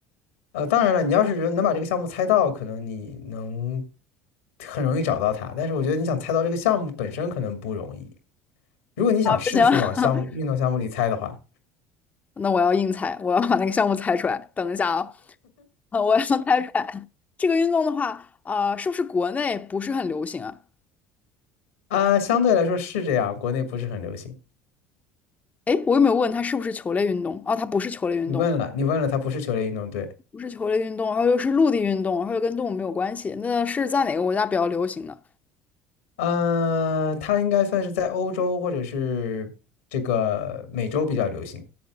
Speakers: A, on the left; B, on the left.
A: 呃，当然了，你要是人能把这个项目猜到，可能你能很容易找到它。但是我觉得你想猜到这个项目本身可能不容易。如果你想试试往项目运动项目里猜的话，
B: 啊。不行，<laughs> 那我要硬猜，我要把那个项目猜出来。等一下啊，呃我要出来这个运动的话，啊、是不是国内不是很流行啊？
A: 啊、相对来说是这样，国内不是很流行。
B: 哎，我有没有问它是不是球类运动？啊，它不是球类运动，
A: 你问了，你问了，它不是球类运动，对。
B: 不是球类运动，然后又是陆地运动，然后又跟动物没有关系，那是在哪个国家比较流行呢？
A: 嗯、呃，它应该算是在欧洲或者是这个美洲比较流行。